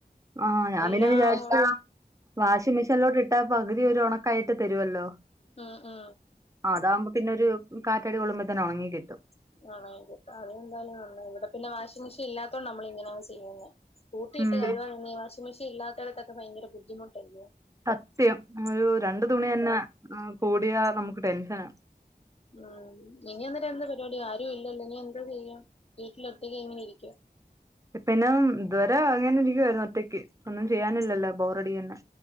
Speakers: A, on the right; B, on the left.
A: ആഹ് ഞാൻ
B: എല്ലാം
A: പിന്നെ വിചാരിച്ച
B: കൂടെ
A: <unintelligible> വാഷിംഗ് മെഷീനിലോട്ടിട്ട പകുതി ഒരു ഒണക്കായിട്ട് തരുവല്ലോ
B: ആ ആ
A: ആ അതാകുമ്പോ പിന്നെരു കാറ്റടി കൊള്ളുമ്പോ തന്നെ ഒണങ്ങി കിട്ടും
B: ആണോ അതെന്തായാലും നന്നായി ഇവടെ പിന്നെ വാഷിംഗ് മെഷീൻ ഇല്ലാതോണ്ട് നമ്മള് ഇങ്ങനാ ചെയ്യുന്നെ കൂട്ടിയിട്ട്
A: ഉം
B: കഴുവാനണങ്കി വാഷിങ്മെഷീൻ ഇല്ലാത്തടത്തൊക്കെ ഭയങ്കര ബുദ്ധിമുട്ടല്ലെ
A: സത്യം ഒരു രണ്ടു തുണി തന്നെ കൂടിയാ നമുക്ക് ടെൻഷന
B: ഉം ഇനി അന്നിട്ട് എന്താ പരിപാടി ആരും ഇല്ലല്ലോ ഇനി എന്താ ചെയ്യ വീട്ടില് ഒറ്റക്ക് ഇങ്ങനെ ഇരിക്ക
A: ഇപ്പയെന്ന ഇതുവരെ ഇങ്ങനെ ഇരിക്കുവായിരുന്നു ഒറ്റയ്ക്ക് ഒന്നും ചെയ്യാനില്ലല്ലോ ബോറഡിയന്നെ